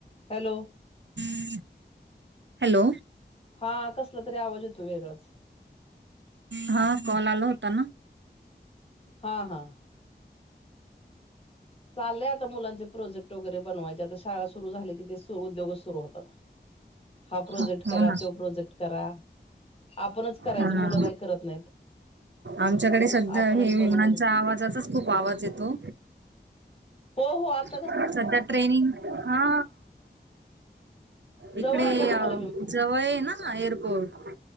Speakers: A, on the left; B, on the right.
A: हॅलो
B: <inaudible> हॅलो.
A: हा कसला तरी आवाज येतो वेगळाचं.
B: हा कॉल आला होता ना?
A: हा हा. चाललय आता मुलांचे प्रोजेक्ट वगैरे बनवाय ते आता शाळा सुरु झाली की ते सु उद्योगच सुरू होतात. हा प्रोजेक्ट
B: हो
A: करा
B: ना
A: तो प्रोजेक्ट करा आपणच करायच
B: हा
A: मुलं काय करत नाहीत.
B: आमच्याकडे सध्या
A: आपणच
B: हे विमनानच्या
A: बनवून
B: आवाजचाच खूप आवाज येतो
A: हो हो आत
B: सध्या ट्रेनिंग हा. इकडे
A: जवळ आहे का तुम्हाला
B: अं
A: विमान
B: जवळ हे ना एअरपोर्ट